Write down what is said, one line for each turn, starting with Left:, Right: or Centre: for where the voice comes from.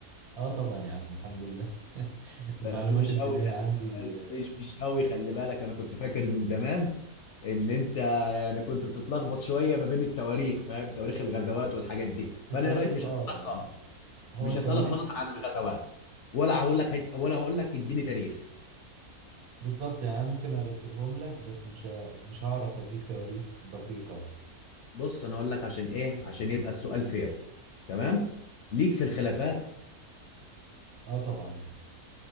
Right: اه طبعا يا عم الحمد لله <laughs> المعلومات
Left: بس مش
Right: الدينيه
Left: قوي خلي
Right: عندي
Left: بالك
Right: آه،
Left: مش مش قوي خلي بالك انا كنت فاكر من زمان ان انت يعني كنت بتتلخبط شويه ما بين التواريخ فاهم تواريخ الغزوات والحاجات دي فانا
Right: التواريخ
Left: ايه رايك مش
Right: اه
Left: هسالك خالص
Right: يعني هو
Left: مش
Right: التواريخ
Left: هسالك خالص عن الغزوات ولا هقول لك هت... ولا هقول لك اديني تاريخ
Right: بالظبط يعني أنا ممكن ارتبهم لك بس مش ه- مش هعرف اديك تواريخ دقيقه يعني
Left: بص انا اقول لك عشان ايه عشان يبقى السؤال فير تمام ليك في الخلافات
Right: اه طبعا يعني.